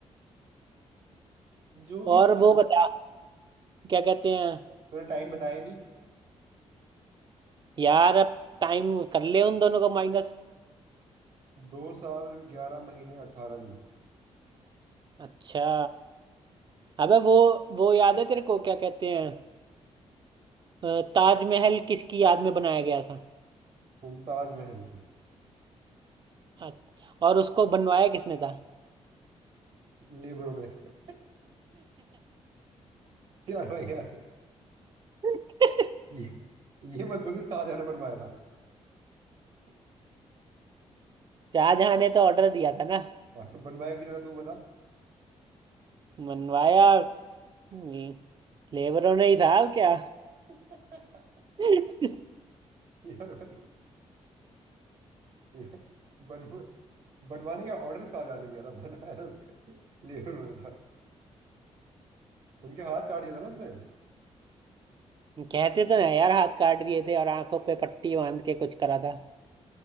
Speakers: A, on the right; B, on the right.
A: जो भी
B: और
A: था
B: वो बता क्या कहते हैं
A: तूने टाइम बताया नहीं
B: यार अब टाइम कर ले उन दोनों को माइनस
A: दो साल ग्यारह महीने अठारह दिन
B: अच्छा अबे वो वो याद है तेरे को क्या कहते हैं अ, ताजमहल किसकी याद में बनाया गया था
A: मुमताज महल की
B: अ- और उसको बनवाया किसने था
A: लेबरों ने <laughs> यार भाई यार
B: <laughs>
A: ये ये मत बोले शाहजहां ने बनवाया था
B: शाहजहां ने तो ऑर्डर दिया था ना
A: हाँ तो बनवाया की जरा तू बता
B: मनवाया ल- लेबरों ने ही था अब क्या
A: <laughs>
B: <laughs>
A: यार भाई ये बन बनवाने का ऑर्डर शाहजहां ने दिया था बनवाया तो लेबर ने था उनके हाथ काट दिया था ना उसने
B: कहते तो ना यार हाथ काट दिए थे और आंखों पे पट्टी बांध के कुछ करा था